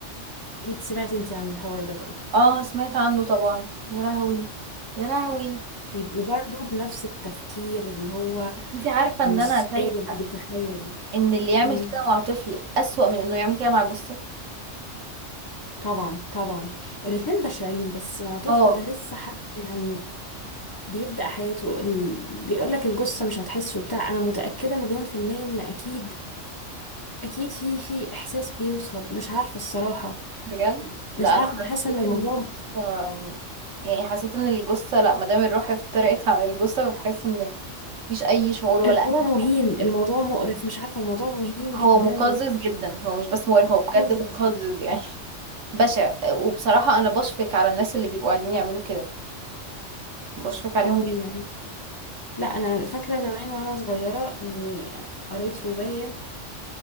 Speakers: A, on the left; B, on the right.
A: اكيد سمعتي انت عن الحوار ده برضه
B: اه اه سمعت عنه طبعا يا لهوي يا لهوي
A: بيبقوا برضو بنفس التفكير اللي هو
B: انتي عارفة
A: مش
B: ان انا شايفة
A: قادر يتخيل
B: ان اللي يعمل
A: امم
B: كده مع طفل اسوأ من انه يعمل كده مع جثة
A: طبعا طبعا الاتنين بشعين بس مع طفل
B: اه
A: ده لسه حد يعني بيبدأ حياته ال... بيقول لك الجثة مش هتحسه بتاع انا متأكدة مليون في المية ان اكيد اكيد في في احساس بيوصل مش عارفة الصراحة
B: بجد لا
A: مش عارفة
B: انا حسيت
A: انا حاسة ان الموضوع
B: ان الجثة- يعني حسيت ان الجثه لا ما دام الروح افترقت عن الجثه فبحس ان مفيش اي شعور ولا
A: الموضوع مهين الموضوع مقرف مش عارفة الموضوع مهين
B: هو
A: جدا
B: مقزز جدا هو مش بس مقرف
A: ومقزز
B: هو بجد مقزز يعني <laughs> بشع وبصراحه انا بشفق على الناس اللي بيبقوا عايزين يعملوا كده بشفق عليهم
A: اه
B: جدا
A: يعني لا انا فاكره زمان وانا صغيره يعني قريت روايه